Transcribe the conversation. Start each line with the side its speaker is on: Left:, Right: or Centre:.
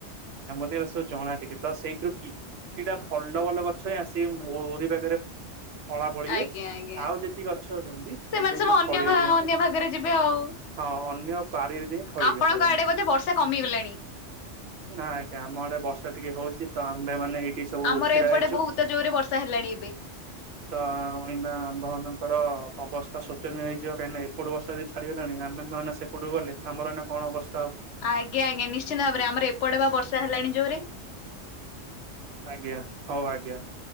Right: ସେଗୁରା ସବୁ ଜଣା ଟିକେ ତ ସେଇଥିରୁ କିଛିଟା ଭଲ ଭଲ ଗଛ ହଁ ଆସିିକ ମୋରି ପାଖରେ ପଳା ପଳିବେ
Left: ଆଜ୍ଞା ଆଜ୍ଞା
Right: ଆଉ ଯେତିକି ଗଛ ଅଛନ୍ତି ସିଏ
Left: ସେମାନେ
Right: ଯାଇକି
Left: ସବୁ ଅନ୍ୟ
Right: ଫଳବେ
Left: ଭା
Right: ଯାଇକି
Left: ଅନ୍ୟ ଭାଗରେ ଯିବେ ଆଉ।
Right: ଅ ପାରିବା ଯାଏଁ ଫଳିିବେ
Left: ଆପଣଙ୍କ
Right: ସେମାନେ।
Left: ଆଡେ ବୋଧେ ବର୍ଷା କମିଗଲାଣି
Right: ନା ଆଜ୍ଞା ଆମଆଡେ ବର୍ଷା ଟିକେ ହଉଛି ତ ଆମ୍ଭେମାନେ ଏ ସବୁ
Left: ଆମର
Right: ଛିଡା
Left: ଏପଟେ
Right: ହେଇଛୁ
Left: ବହୁତ ଜୋରରେ ବର୍ଷା ହେଲାଣି ଏବେ।
Right: ତ ଆମ୍ଭ ମାନଙ୍କର ଅବସ୍ଥା ଶୋଚନୀୟ ହେଇଯିବ କାଇଁନା ଏପଟୁ ବର୍ଷା ଯଦି ଛାଡିଗଲାଣି ଆମୋ ନହେଲେ ସେପଟକୁ ଗଲେ ଆମର ଏଇନା କଣ ଅବସ
Left: ଆଜ୍ଞା ଆଜ୍ଞା ନିଶ୍ଚିନ୍ତ ଭାବରେ ଆମର ଏପଟେ ବା ବର୍ଷା ହେଲାଣି ଜୋରେ।
Right: ଆଜ୍ଞା ହଉ ଆଜ୍ଞା।